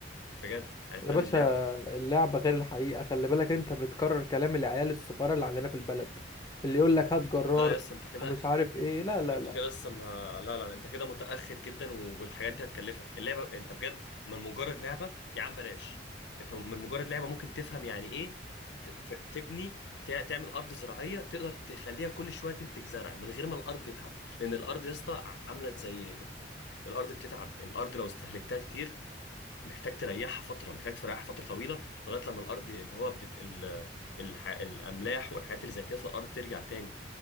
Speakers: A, on the left (about 70°); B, on the left (about 20°).
A: بجد عرفتها
B: يا باشا
A: من لعبة
B: اللعبه غير الحقيقه خلي بالك انت بتكرر كلام العيال الصغيره اللي عندنا في البلد اللي يقول لك هات جرار
A: لا يا اسطى انت كده
B: ومش عارف ايه لا لا
A: انت
B: لا
A: كده لسه ما لا لا لا، انت كده متأخر جدا و- والحاجات دي هتكلفك اللعبة انت بجد من مجرد لعبة يا عم بلاش انت من مجرد لعبة ممكن تفهم يعني ايه ت... ت... تبني ت... تعمل أرض زراعية تقدر تخليها كل شوية تنتج زرع من غير ما الأرض تتعب لأن الأرض يا اسطى عاملة زي الأرض بتتعب الأرض لو استهلكتها كتير محتاج تريحها فترة محتاج تريحها فترة طويلة لغاية لما الأرض اللي هو بت... ال... الح... الأملاح والحاجات اللي زي كده في الأرض ترجع تاني